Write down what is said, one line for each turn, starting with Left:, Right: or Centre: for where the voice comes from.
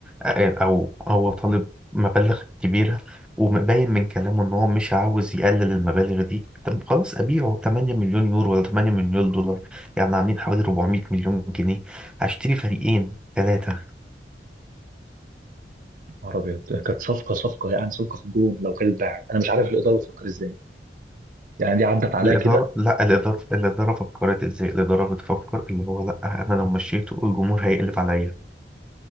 Centre: او هو طالب مبالغ كبيره ومبين من كلامه ان هو مش عاوز يقلل المبالغ دي طب خلاص ابيعه 8 مليون يورو ولا 8 مليون دولار يعني عاملين حوالي 400 مليون جنيه هشتري فريقين ثلاثه
Right: يا نهار ابيض كانت صفقه صفقه يعني صفقه في الجون لو كانت اتباعت انا مش عارف الاداره بتفكر ازاي يعني دي عدت عليا
Centre: الاداره
Right: كده
Centre: لا الاداره الاداره فكرت ازاي الاداره بتفكر اللي هو لا انا لو مشيته الجمهور هيقلب عليا